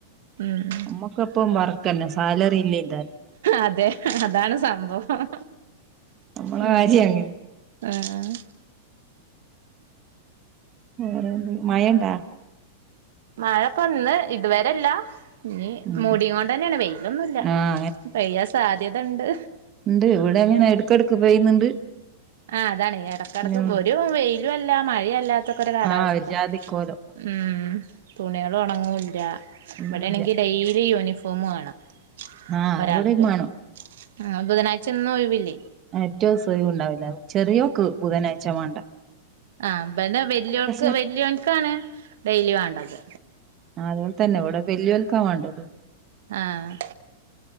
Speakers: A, on the right; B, on the right.
A: ഉം
B: നമ്മക്കപ്പം വർക്ക്ന്നെ സാലറി ഇല്ലേ താനും
A: അതെ അതാണ് സംഭവം
B: നമ്മളെ
A: ഉം
B: കാര്യം അങ്ങനെ
A: ഏഹ്
B: വറെന്തെ മഴണ്ടാ
A: മഴപ്പം ഇന്ന് ഇതുവരെല്ലാ ഇഞ്
B: ഉം
A: മൂടികോണ്ടന്നെണ് വെയിലൊന്നുല്ല
B: ആഹ്
A: പെയ്യാൻ സാധ്യത ഇണ്ട്
B: ഇണ്ട് ഇവിടെ എങ്ങനെ എടക്കടക്ക് പെയ്യുന്നുണ്ട്
A: ആ അതാണ് എടക്കടക്ക്
B: പിന്നെ
A: ഒരു വെയിലും അല്ല മഴല്ലാത്തക്കൊരു കാലാവസ്ഥ
B: ആഹ് ഒരു ജാതിക്കോലം
A: ഉം തുണികള് ഒണങ്ങുല്ല്യ
B: ഒന്നുല്ല
A: ഇവിടെണങ്കി ഡെയിലി യൂണിഫോമാണം
B: ആഹ്
A: ഒരാൾക്ക്
B: ഇവിടെയും വേണം
A: ഉം ബുധനാഴ്ചയ്ന്നും ഒഴിവില്ലേ
B: ഏറ്റസു ഒയിവുണ്ടാവുല്ല ചെറിയോക്ക് ബുധനാഴ്ച്ച വാണ്ട
A: ആഹ് ഇബന്റെ വല്യൊള്ക്ക്‌
B: വരെ
A: വല്ല്യോൻക്കാണ് ഡെയ്ലി വാണ്ടത്
B: ആഹ് അങ്ങനെ തന്നെ ഇവിടെ വലിയോൽക്കാ വാണ്ടത്
A: ആഹ്